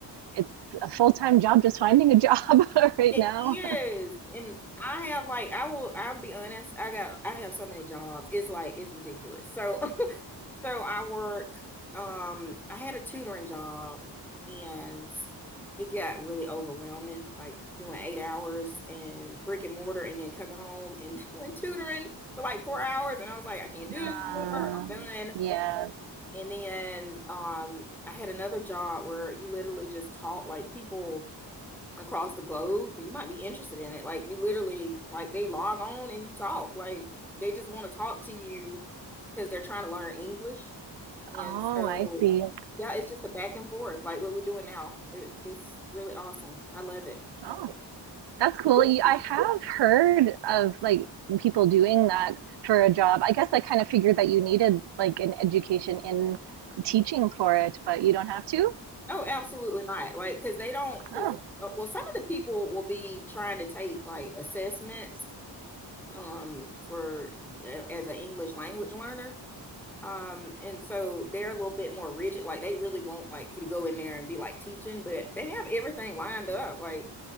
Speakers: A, on the right; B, in the centre.
A: it's a full-time job just finding a job <laughs> right
B: It
A: now.
B: is. And I have like I will I'll be honest, I got I have so many jobs. It's like it's ridiculous. So <laughs> So I work, um, I had a tutoring job and it got really overwhelming, like doing eight hours and brick and mortar and then coming home and <laughs> doing tutoring for like four hours. And I was like, I can't do
A: Uh,
B: this anymore. I'm done.
A: yeah.
B: And then um, I had another job where you literally just taught like people across the globe. You might be interested in it. Like you literally, like they log on and you talk. Like they just want to talk to you because they're trying to learn English. And
A: Oh,
B: so,
A: I see.
B: yeah, it's just a back and forth, like what we're doing now. It, it's really awesome. I love it.
A: Oh, that's cool.
B: You
A: You-
B: think-
A: I have heard of like people doing that for a job. I guess I kind of figured that you needed like an education in teaching for it, but you don't have to.
B: Oh, absolutely not. Like, because they don't, because,
A: Oh,
B: well, some of the people will be trying to take like assessments um for uh, as an English language learner. Um, and so they're a little bit more rigid. Like they really want like you to go in there and be like teaching, but they have everything lined up. Like